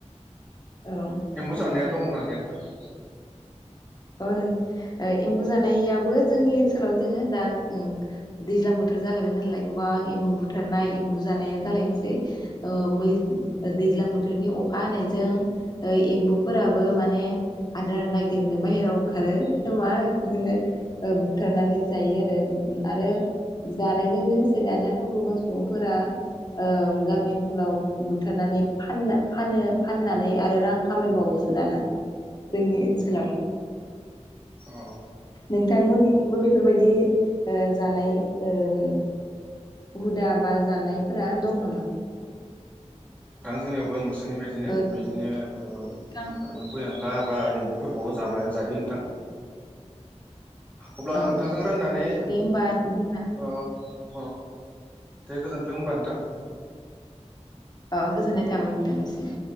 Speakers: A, on the left; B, on the right.
A: औ
B: एमबु जानाया दङना गैया नोंथां?
A: अ नों ओ एम्बु जानायाबो जोंनि ओनसोलाव दोङो दा ओं दैज्लां बोथोर जालायबाय नालाय गोबां एम्बु बुथारनाय एम्बु जानाया जालायनोसै ओ बै दैज्लां बोथोरनि अखा हानायजों ओ एम्बुफोराबो माने आदार नागिरनो बाहेरायाव ओंखारो खोमा बेफोरखौनो बुथारनानै जायो आरो आरो जानायजों लोगोसे दानाथ' गोबां सुबुंफोरा ओ गामि ओनसोलाव बुथारनानै फान फानो फाननानै आरो रां खामायबावोसो दाना जोंनि ओनसोलाव।
B: अ
A: नोंथां मोननिथिंबो बेफोरबायदि ओ जानाय ओम हुदा बा जानायफोरा दं नामा?
B: बो नोंसोरनि बादिनो
A: ओ
B: बिदिनो ओ
A: नोंथां
B: एम्फौ एनला बा एम्बुफोरखौ जानाय बा जायो नोंथां। अब्ला
A: औ
B: नोंथांजों
A: औ
B: रायलायनानै
A: दे होमबा जोंना
B: ओ ओह दे गोजोन्थों होनबा नोंथां।
A: अ गोजोननाय थाबाय नोंथांनिसिम।